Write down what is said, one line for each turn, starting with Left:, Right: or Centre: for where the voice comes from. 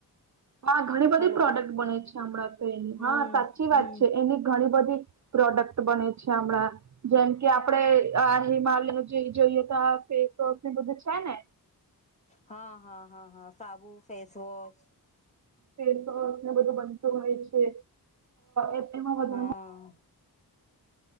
Right: હા ઘણી બધી
Left: હલો
Right: પ્રોડક્ટ બને છે હમણાં તો એની
Left: હમ
Right: હા સાચી
Left: હમ
Right: વાત છે, એની ઘણી બધી પ્રોડક્ટ બને છે હમણાં જેમ કે આપડે આ હિમાલય જે જોઈએ તો ફેસવોશ બધું છે ને
Left: હા હા હા સાબુ ફેસવોશ
Right: ફેસવોશ ને બધું બનતું હોય છે એ એમાં બધા
Left: હા
Right: મા